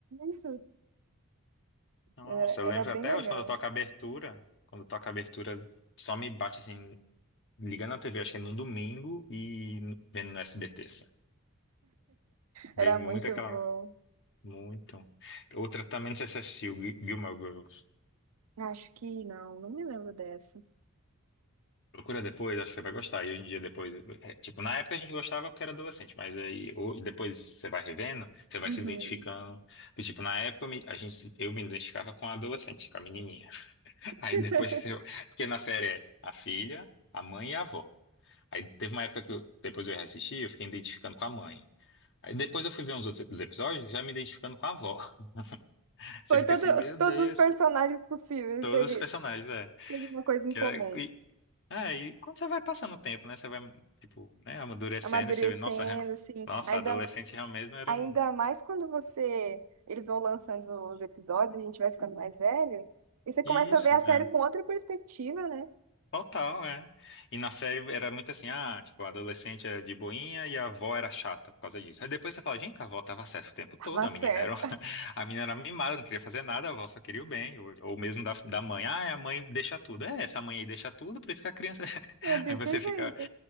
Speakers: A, on the right; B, on the left.
A: Isso,
B: Nossa,
A: era,
B: eu lembro
A: era bem
B: até
A: legal.
B: hoje quando eu toco a abertura. Quando eu toco a abertura, só me bate assim, ligando a TV, acho que é no domingo e no- vendo no SBT. assim. Bem
A: Era
B: muito
A: muito
B: aquela.
A: bom.
B: Muito. Outra também, não sei se você assistiu, Gil- Gilmore Girls.
A: Acho que não, não me lembro dessa.
B: Procura depois, acho que você vai gostar. E hoje em dia, depois. é, tipo, na época a gente gostava porque era adolescente, mas aí hoje, depois você vai revendo, você vai
A: Uhum.
B: se identificando. E, tipo, na época eu me, a gente, se- eu me identificava com a adolescente, com a menininha. <laughs> Aí
A: <laughs>
B: depois que você. Porque na série é a filha, a mãe e a avó. Aí teve uma época que eu- depois eu reassisti, eu fiquei identificando com a mãe. Aí depois eu fui ver uns outros os episódios, já me identificando com a avó. <laughs> Você
A: Foi
B: fica
A: todo,
B: assim, meu Deus,
A: todos os personagens possíveis,
B: todos
A: teve,
B: os personagens, é.
A: teve uma coisa
B: Que,
A: em comum.
B: é- e, ah, e quando você vai passando o tempo, né? Você vai, tipo, né, amadurecendo
A: Amadurecendo,
B: e você vê, nossa, re-
A: assim,
B: nossa,
A: ainda,
B: adolescente realmente era
A: Ainda
B: um,
A: mais quando você. Eles vão lançando os episódios, a gente vai ficando mais velho. E você
B: isso.
A: começa a ver a série
B: é."
A: com outra perspectiva, né?
B: Total, é. E na série era muito assim, ah, tipo, a adolescente era de boinha e a avó era chata por causa disso. Aí depois você fala, gente, a avó tava certa o tempo todo,
A: Tava
B: a
A: certa
B: menina era, uma- <laughs> a menina era mimada, não queria fazer nada, a avó só queria o bem. Ou, ou mesmo da, da mãe, ah, é, a mãe deixa tudo. É, essa mãe aí deixa tudo, por isso que a criança... <laughs>
A: É desse
B: Aí você
A: jeito.
B: fica,